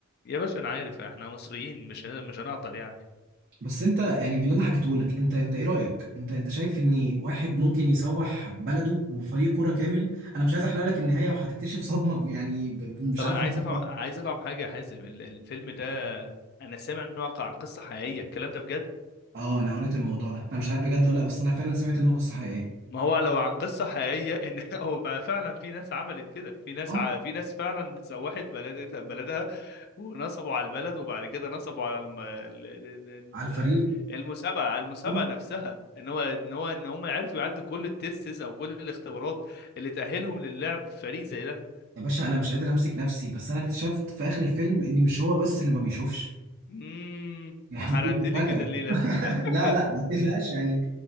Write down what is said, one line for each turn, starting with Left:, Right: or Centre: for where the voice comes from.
Left: يا باشا انا عارف احنا مصريين مش هن- مش هنعطل يعني
Right: بس انت يعني من اللي انا حكيته لك انت انت ايه رايك انت انت شايف ان واحد ممكن يسوح بلده وفريق كوره كامل انا مش عايز احرق لك النهايه وهتكتشف صدمه يعني ب- ب- مش
Left: طب
Right: عارف
Left: انا عايز
Right: انت
Left: افهم عايز افهم حاجه يا حازم ال- الفيلم ده انا سامع انه واقع عن قصه حقيقيه الكلام ده بجد؟
Right: اه انا قريت الموضوع ده انا مش عارف بجد ولا لا بس انا فعلا سمعت ان هو قصه حقيقيه
Left: ما هو لو عن قصة حقيقية ان <laughs> هو بقى فعلا في ناس عملت كده في ناس
Right: اه
Left: ع... في ناس فعلا <laughs> سوحت بلد... بلدها ونصبوا على البلد وبعد كده نصبوا على الم... ال- ال- ال-
Right: على الفريق
Left: ال- المسابقة على المسابقة
Right: اه
Left: نفسها ان هو ان هو ان هم عرفوا يعدوا كل التيستس او كل الاختبارات اللي تأهلهم للعب في فريق زي ده
Right: يا باشا انا مش قادر امسك نفسي بس انا اكتشفت في اخر الفيلم ان مش هو بس اللي ما بيشوفش
Left: امم
Right: <laughs> يعني
Left: حرقت
Right: دي المفاجاه
Left: لي كده الليلة
Right: <laughs>
Left: انت <laughs>
Right: لا لا ما تقلقش يعني